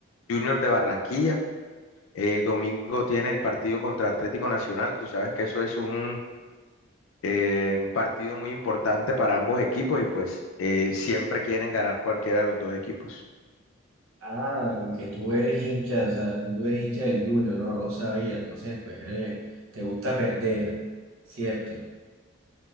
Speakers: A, on the left; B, on the right.
A: Junior de Barranquilla. El domingo tiene el partido contra Atlético Nacional. Tú sabes que eso es un Eh, partido muy importante para ambos equipos y pues eh, siempre quieren ganar cualquiera de los dos equipos.
B: Ah, aunque tú eres hincha, o sea, tú eres hincha del Junior, no, no lo sabía, entonces pues eres- te gusta perder, ¿cierto?